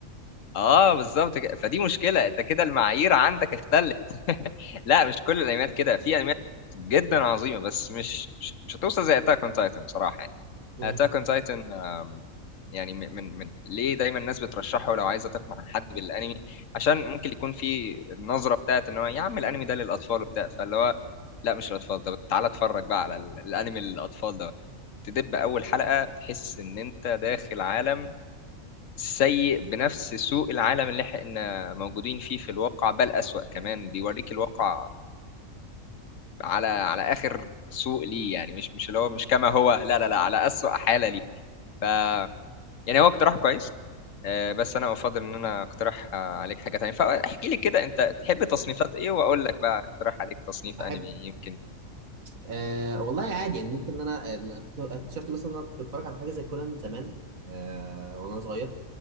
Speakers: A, on the left; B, on the right.
A: اه بالظبط كده فدي مشكله انت كده المعايير عندك اختلت <laughs> لا مش كل الانميات كده في انميات جدا عظيمه بس مش مش, مش هتوصل زي اتاك اون تايتن بصراحه
B: امم
A: اتاك اون تايتن يعني من من من- ليه دايما الناس بترشحه لو عايزه تقنع حد بالانمي عشان ممكن يكون في النظره بتاعت ان هو يا عم الانمي ده للاطفال وبتاع فاللي هو لا مش للاطفال طب تعالى اتفرج بقى على ال- الانمي للاطفال ده تدب اول حلقه تحس ان انت داخل عالم سيء بنفس سوء العالم اللي احنا موجودين فيه في الواقع بل أسوأ كمان بيوريك الواقع على على آخر سوء ليه يعني مش مش اللي هو مش كما هو لا لا لا على أسوأ حالة ليه ف يعني هو اقتراح كويس آه، بس انا افضل ان انا اقترح آه، عليك حاجه تانية فاحكي لي كده انت تحب تصنيفات ايه واقول لك بقى اقترح عليك تصنيف
B: احب
A: انمي يمكن
B: آه والله عادي يعني ممكن ان انا أنا كنت اكتشفت مثلا ان انا كنت بتفرج على حاجه زي كونان زمان آه وانا صغير